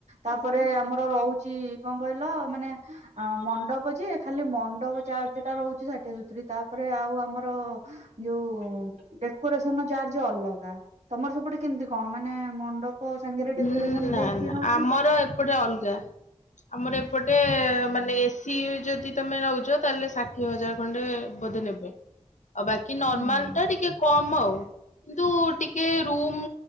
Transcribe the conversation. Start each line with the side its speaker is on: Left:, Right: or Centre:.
Right: ତାପରେ ଆମର ରହୁଛି କଁ କହିଲ ମାନେ ଅ ମଣ୍ଡପ ଯେ ଖାଲି ମଣ୍ଡପ ଚା ସେଟା ରହୁଛି ଷାଠିଏ ସତୁରି ତାପରେ ଆଉ ଆମ ର ଯୋଉ ଡେକୋରେସନ ଚାର୍ଜ ଅଲଗା। ତମର ସେପଟେ କେମିତି କଣ ମାନେ ମଣ୍ଡପ ସାଙ୍ଗରେ ଡେକୋରେସନ
Left: ଉଁ ନା
Right: ଦେଇକି
Left: ନା
Right: ନଉଛନ୍ତି?
Left: ଆମର ଏପଟେ ଅଲଗା। ଆମର ଏପଟେ ମାନେ ଏ ସିି ଯଦି ତମେ ନଉଚ ତାହେଲେ ଷାଠିଏ ହଜାର ଖଣ୍ଡେ ବୋଧେ ନେବ୍ ଆଉ ବାକି ନର୍ମାଲ
Right: ହୁଁ।
Left: ଟା ଟିକେ କମ୍ ଆଉ କିନ୍ତୁ ଟିକେ ରୁମ୍